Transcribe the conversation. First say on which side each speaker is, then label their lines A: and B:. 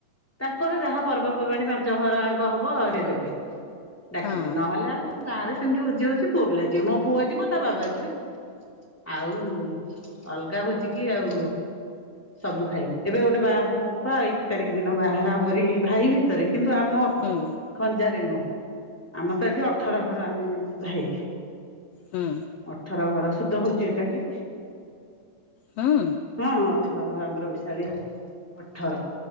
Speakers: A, in the centre; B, on the left.
A: ତାଙ୍କର ଯାହା ପର୍ବପର୍ବାଣୀ ପାଞ୍ଚ ଘର ଆଗ ହବ ସେ ଦେବେ। ଡାକିବେ
B: ହଁ
A: ନହେଲେ ଆଉ ଗାଁରେ ସେମିତି ଭୋଜି ହଉଛି। ପୁଅ ପିଲା ଯିବେ। ମୋ ପୁଅ ଯିବ ତା ବାବା ଯିବେ। ଆଉ ଅଲଗା ଭୋଜିି କି ଆଉ ସବୁ ଖାଇବେ ଏବେ ଗୋଟେ ବାହାଘର ହବ ବା ଏକ ତାରିଖ ଦିନ ବାହାଘର ଆମର ଭାଇ ଭିତରେ କିନ୍ତୁ ଆମ
B: ହୁଁ
A: ଖଞ୍ଜାରେ ନୁହଁ। ଆମ ତ ଏଠି ଅଠର ଘର ଆମେ ଭାଇ।
B: ହୁଁ
A: ଅଠର ଘର ସୁଧ ହଉଚି ଏକାଠି।
B: ହୁଁ
A: ହଁ ଅଠର ଘର ଆଙ୍ଗର ବିଶାଳିଆ ଅଠର।